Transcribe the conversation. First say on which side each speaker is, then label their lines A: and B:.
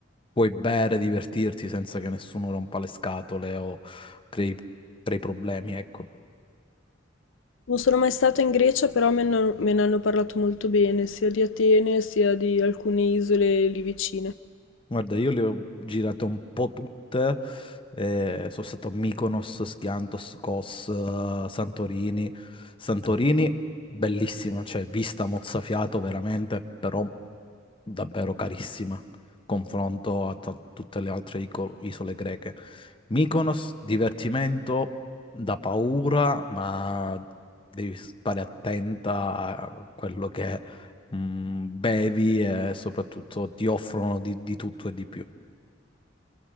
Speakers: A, on the left; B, on the left.
A: puoi bere, divertirti senza che nessuno rompa le scatole o crei, crei problemi, ecco.
B: Non sono mai stata in Grecia, però me ne, me ne hanno parlato molto bene, sia di Atene sia di alcune isole lì vicine.
A: Guarda, io le ho girate un po' tutte, eh, sono stato a Mykonos, Skiathos, Kos, eh, Santorini. Santorini, bellissima, cioè vista mozzafiato veramente, però davvero carissima, confronto a ta- tutte le altre ico- isole greche. Mykonos, divertimento da paura, ma devi stare attenta a quello che mm, bevi e soprattutto ti offrono di, di tutto e di più.